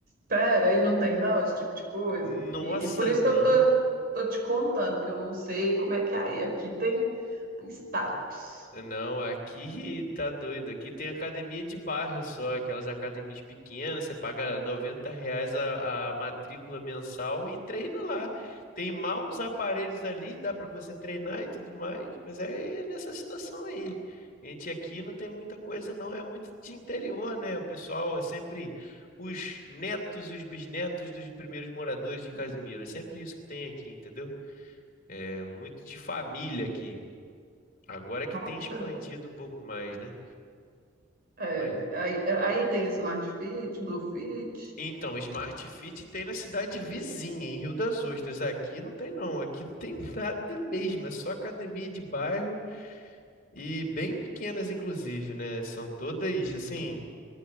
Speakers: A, on the right; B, on the left.
A: Pera, aí não tem não esse tipo de coisa.
B: Nossa,
A: E, e por isso
B: não.
A: que eu tô, tô te contando, que eu não sei como é que é aí. Aqui tem status.
B: Não, aqui <laughs> tá doido. Aqui tem academia de bairro só, aquelas academias pequenas, você paga 90 reais a, a matrícula mensal e treina lá. Tem mal uns aparelhos ali, dá pra você treinar e tudo mais, mas é, é nessa situação aí. A gente aqui não tem muita coisa, não. É muito de interior, né? O pessoal é sempre os netos e os bisnetos dos primeiros moradores de Casimiro. É sempre isso que tem aqui, entendeu? É muito de família aqui. Agora que
A: Nossa,
B: tem expandido um pouco mais, né?
A: é,
B: Mas...
A: aí, aí tem Smart Fit, Blue Fit.
B: Então, Smart Fit tem na cidade vizinha, em Rio das Ostras. Aqui não tem, não. Aqui não tem <laughs> nada mesmo. É só academia de bairro e bem pequenas, inclusive, né? São todas, assim,